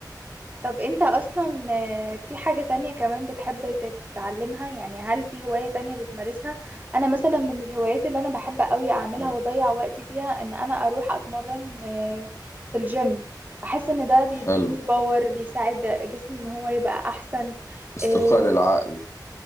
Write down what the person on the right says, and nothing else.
طب انت اصلا آه، في حاجة تانية كمان بتحب تتعلمها يعني هل في هواية تانية بتمارسها انا مثلا من الهوايات اللي انا بحب قوي اعملها
واضيع وقتي فيها ان انا اروح اتمرن آه، في الجيم بحس ان ده بيديني
باور بيساعد جسمي ان هو يبقى احسن
آه،